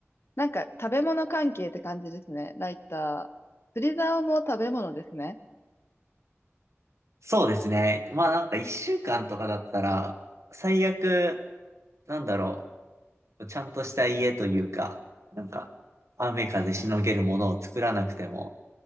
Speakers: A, on the left; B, on the right.
A: なんか食べ物関係って感じですね。ライター。釣り竿も食べ物ですね。
B: そうですね。まあなんか一週間とかだったら、最悪、なんだろう、ちゃんとした家というか、なんか、雨風しのげるものを作らなくても、
A: はいはい。